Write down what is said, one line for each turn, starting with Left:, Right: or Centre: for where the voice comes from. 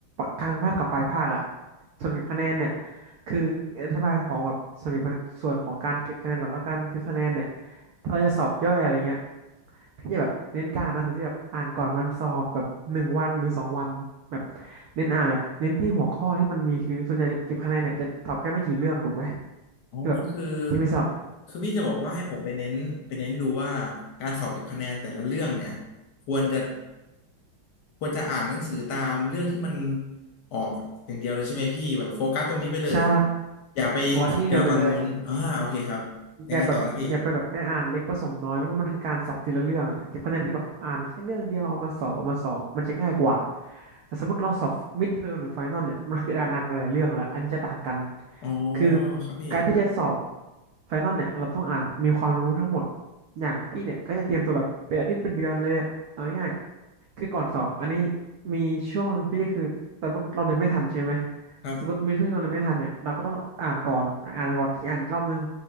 Right: กลางภาคกับปลายภาคอะส่วนเก็บคะแนนเนี่ยคืออธิบายของแบบส่วนเก็บส่วนของการเก็บคะแนนก่อนแล้วกันคือคะแนนเนี่ยถ้าเราจะสอบย่อยอะไรเงี้ยพี่จะแบบเน้นการอ่านหนังสือที่แบบอ่านก่อนวันสอบแบบหนึ่งวันหรือสองวันแบบเน้นอ่านแบบเน้นที่หัวข้อที่มันมีคือส่วนใหญ่เก็บคะแนนเนี่ยจะตอบแค่ไม่กี่เรื่องถูกไหม
Left: อ๋อก็คือ
Right: ที่แบบที่มีสอบ
Left: คือพี่จะบอกว่าให้ผมไปเน้นไปเน้นดูว่าการสอบเก็บคะแนนแต่ละเรื่องเนี่ยควรจะ ควรจะอ่านหนังสือตามเรื่องที่มันออกอย่างเดียวเลยใช่ไหมพี่แบบโฟกัสตรงนี้ไปเลย
Right: ใช่
Left: อย่าไปทีเดียวตอนนู้นอ่าโอเคครับยังไงต่อนะพี่
Right: บอกว่าแค่เรื่องเดียวไปเลย อย่าแบบอย่าไปแบบไปอ่านเล็กผสมน้อยนะเพราะมันคือการสอบทีละเรื่องอะเก็บคะแนนคือแบบอ่านแค่เรื่องเดียวเอามาสอบเอามาสอบมันจะง่ายกว่าแต่สมมติเราสอบมิดเทอมหรือไฟนอลเนี่ยมันคือการอ่านหลายๆเรื่องแล้วอันนี้จะต่างกัน
Left: อ๋อ
Right: คือ
Left: ครับพี่
Right: การที่จะสอบไฟนอลเนี่ยเราต้องอ่านมีความรู้ทั้งหมดอย่างพี่เนี่ยก็จะเตรียมตัวแบบเป็นอาทิตย์เป็นเดือนเลยอะเอาง่ายๆคือก่อนสอบอันนี้มีช่วงหนึ่งพี่ก็คือสมมติเราเรียนไม่ทันใช่ไหม
Left: ครับ
Right: สมมติมีช่วงที่เราเรียนไม่ทันเนี่ยเราก็ต้องอ่านก่อนอ่านก่อนที่อ่านอีกรอบนึง